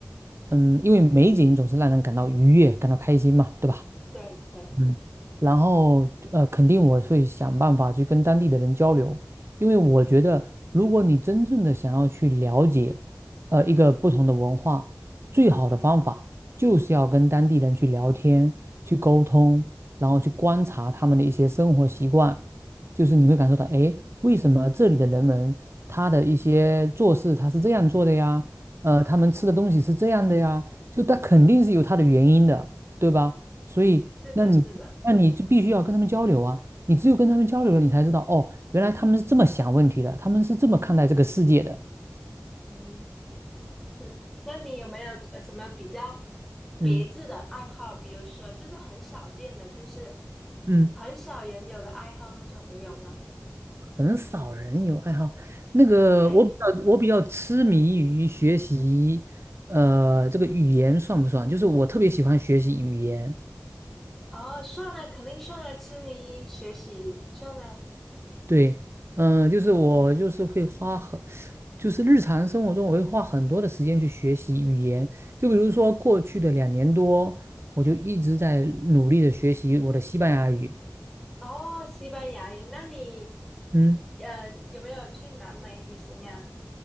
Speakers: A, on the right; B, in the centre.
A: 嗯，因为美景总是让人感到愉悦，感到开心嘛，对吧？
B: 对对，
A: 嗯，然后呃，肯定我会想办法去跟当地的人交流，因为我觉得，如果你真正的想要去了解，呃，一个不同的文化，最好的方法就是要跟当地人去聊天、去沟通，然后去观察他们的一些生活习惯，就是你会感受到，诶，为什么这里的人们他的一些做事他是这样做的呀？呃，他们吃的东西是这样的呀，就他肯定是有他的原因的，对吧？所以，
B: 是的，
A: 那你那你就必须要跟他们交流啊！
B: 是的，
A: 你只有跟他们交流了，你才知道哦，原来他们是这么想问题的，他们是这么看待这个世界的。
B: 嗯，是的。那你有没有呃什么比较
A: 嗯
B: 别致的爱好？比如说，就是很少见的，就是
A: 嗯，
B: 很少人有的爱好那种，你有吗？
A: 可能少人有爱好。那个，
B: 对。
A: 我比较我比较痴迷于学习，呃，这个语言算不算？就是我特别喜欢学习语言，
B: 哦，算了，肯定算了，痴迷学习算了。
A: 对，嗯、就是我就是会花很，就是日常生活中我会花很多的时间去学习语言。就比如说过去的两年多，我就一直在努力的学习我的西班牙语。
B: 哦，西班牙语，那你
A: 嗯。
B: 呃有没有去南美旅行呀？